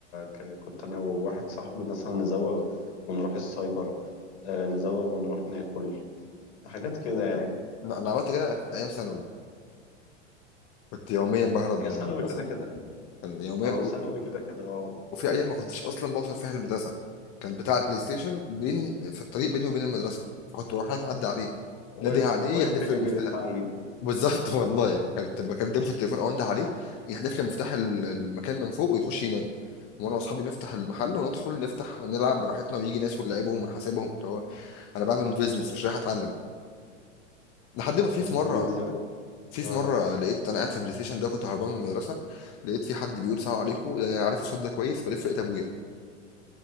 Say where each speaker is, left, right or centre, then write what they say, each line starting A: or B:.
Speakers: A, on the left; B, on the left.
A: ك- كنت انا وواحد صاحبي مثلا نزوغ ونروح السايبر آه نزوغ ونروح ناكل حاجات كده يعني
B: لا انا عملت كده في ايام ثانوي كنت يوميا بهرب
A: هي
B: من
A: ثانوي
B: المدرسه
A: كده كده
B: كان يوميا
A: اه
B: ب...
A: ثانوي كده كده اه
B: وفي ايام ما كنتش اصلا بوصل فيها المدرسه كان بتاع البلاي ستيشن بين في الطريق بيني وبين المدرسه فكنت بروح رايح معدي عليه
A: واقف
B: نادي عليه
A: واقف
B: يحدف
A: بيني
B: لي المفتاح
A: وبين التعليم
B: بالظبط <laughs> والله كنت بكلمه في التليفون او انده عليه يحدف لي مفتاح ال- المكان من فوق ويخش ينام وانا واصحابي نفتح المحل وندخل نفتح نلعب براحتنا ويجي ناس ونلعبهم ونحاسبهم انا بعمل بيزنس مش رايح اتعلم لحد ما في
A: يعني
B: في مره
A: سيب...
B: في
A: اه
B: في مره لقيت انا قاعد في البلاي ستيشن ده كنت هربان من المدرسه لقيت في حد بيقول سلام عليكم يعني انا عارف الصوت ده كويس بلف لقيت ابويا